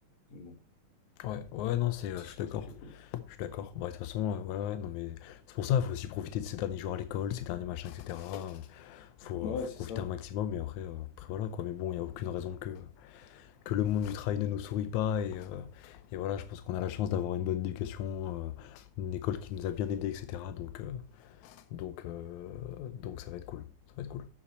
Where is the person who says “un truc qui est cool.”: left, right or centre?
Left